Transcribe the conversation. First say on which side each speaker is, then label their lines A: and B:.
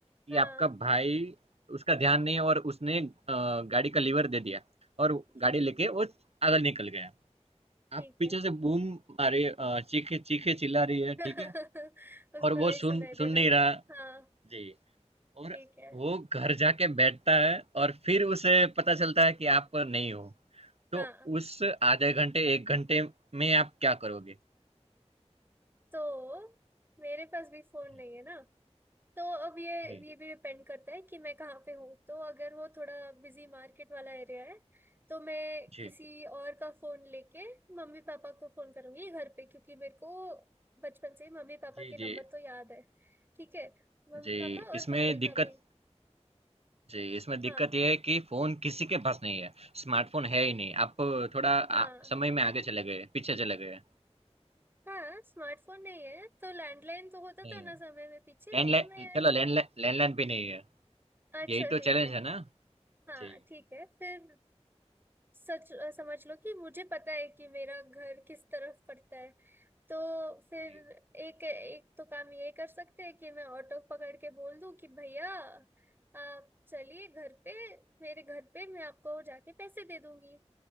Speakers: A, on the right (about 60°); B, on the right (about 20°).
A: कि
B: हाँ
A: आपका भाई उसका ध्यान नहीं है और उसने अ, गाड़ी का लीवर दे दिया और
B: जी
A: गाड़ी लेके वो आगे निकल गया
B: ठीक
A: आप पीछे
B: है
A: से बूम मारे अ, चीखे चीखे चिल्ला रही है
B: <laughs>
A: ठीक है
B: उसको
A: और वो
B: नहीं
A: सुन
B: सुनाई
A: सुन
B: दे
A: नहीं
B: रहा
A: रहा
B: हाँ
A: जी और
B: ठीक है
A: वो घर जाके बैठता है और फिर उसे पता चलता है कि आप नहीं हो तो
B: हाँ
A: उस आधे घंटे, 1 घंटे में आप क्या करोगे?
B: तो मेरे पास भी फोन
A: जी,
B: नहीं है ना तो अब ये
A: जी।
B: ये भी डिपेंड करता है कि मैं कहाँ पे हूँ तो अगर वो थोड़ा बिजी मार्केट वाला एरिया है तो मैं
A: जी।
B: किसी और का फोन लेके मम्मी पापा को फोन करूंगी घर पे क्योंकि मेरे को बचपन से ही मम्मी पापा
A: जी,
B: के नंबर
A: जी,
B: तो याद है ठीक है मम्मी
A: जी,
B: पापा और
A: इसमें
B: भाई का
A: दिक्कत
B: भी
A: जी, इसमें दिक्कत
B: हाँ
A: ये है कि फ़ोन किसी के पास नहीं है, स्मार्टफ़ोन है ही नहीं। आप थोड़ा आ,
B: हाँ
A: समय में आगे चले गए, पीछे चले गए।
B: हाँ स्मार्टफोन नहीं है तो लैंडलाइन तो होता
A: नहीं
B: था ना
A: है।
B: समय में पीछे
A: लैंडलाइन
B: तो मैं
A: चलो लैंडलाइन लैंडलाइन भी नहीं है,
B: अच्छा
A: यही तो
B: ठीक
A: चैलेंज
B: है
A: है ना?
B: हाँ
A: जी।
B: ठीक है फिर सच अ, समझ लो कि मुझे पता है कि मेरा घर किस तरफ पड़ता है तो फिर
A: जी।
B: एक एक तो काम ये कर सकते हैं कि मैं ऑटो पकड़ के बोल दूं कि भैया आप चलिए घर पे मेरे घर पे मैं आपको जाके पैसे दे दूंगी